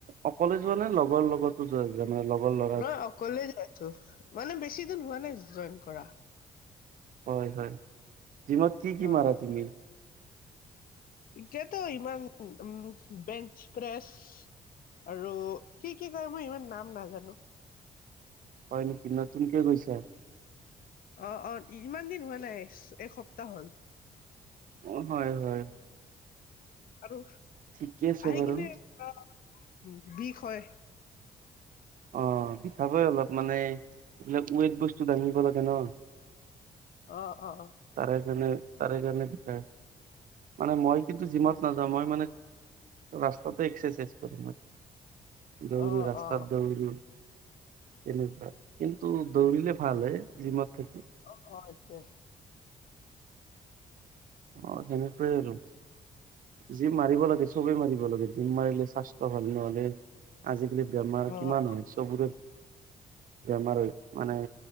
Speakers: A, on the right (about 55°); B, on the left (about 60°).
A: অকলে যোৱা নে লগৰ লগত <unintelligible> লগৰ লগত
B: মই অকলে যাই আছো মানে বেছি দিন হোৱা নাই জইন কৰা
A: হয় হয় জিমত কি কি
B: অ',
A: মাৰা তুমি
B: এতিয়াতো ইমান উম বেঞ্চ প্ৰেছ- আৰু কি কি কয় মই ইমান নাম নাজানো
A: হয় নেকি নতুনকে গৈছা
B: অ অ ইমান দিন হোৱা নাই এসপ্তাহ হল
A: অ হয় হয়
B: আৰু
A: ঠিকে আছে
B: আহি
A: বাৰু
B: কিনে পুৰা বিষ হয়
A: অ বিষাবৈ অলপ মানে এইবিলাক ওৱেট বস্তু দাঙিব লাগে ন
B: অ অ
A: তাৰে কাৰণে তাৰে কাৰণে বিষায় মানে মই কিন্তু জিমত নাযাওঁ মই মানে ৰাস্তাটে এক্সাৰচাইজ কৰো মই দৌৰি
B: অ',
A: ৰাস্তাত
B: অ',
A: দৌৰি তেনেকুৱা কিন্তু দৌৰিলে ভাল হে জিমত থাকি
B: অ তাকে
A: অ সেনেকুৱাই আৰু জিম মাৰিব লাগে চবেই মাৰিব লাগে জিম মাৰিলে স্বাস্থ্য ভাল নহলে আজিকালি বেমাৰ
B: অ',
A: কিমান হয় চবৰে বেমাৰ হয় মানে